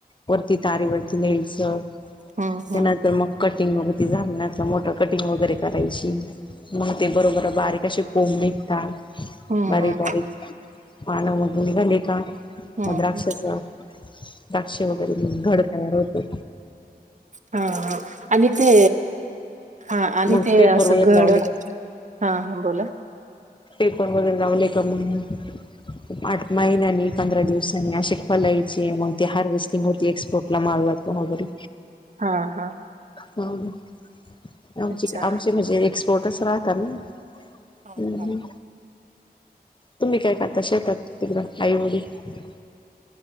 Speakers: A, on the left (about 30°); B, on the right (about 50°).
A: वरती तारे वरती न्यायचं.
B: हम्म
A: त्यानंतर
B: हम्म
A: मग कटिंग वगैरे ते झाल ना मोठ कटिंग वगैरे करायची मग ते बरोबर बारीक अशे कोंब निघता.
B: हम्म
A: बारीक-बारीक
B: हम्म
A: पाणं मधून निघाली का
B: हम्म
A: मग द्राक्षाचा द्राक्ष वगैरे घड तयार होतो.
B: हा हा आणि ते हा आणि
A: मग
B: ते
A: पेपर
B: असं
A: वगैरे
B: घड
A: लावले
B: हा
A: का
B: हा बोला.
A: पिपन वगैरे लावलीय का मग? आठ महिन्यांनी पंधरा दिवसांनी असे फलायचे मग ते हारवेस्टिंग होती एक्सपोर्टला माल <unintelligible> वगैरी
B: हा हा.
A: व्हावू दे आमचे
B: अच्छा
A: आमचे म्हणजे एक्सपोर्टस राहतात नई
B: हा
A: हम्म
B: हा
A: हं. तुम्ही काय करता शेतात तिकडं आईवडील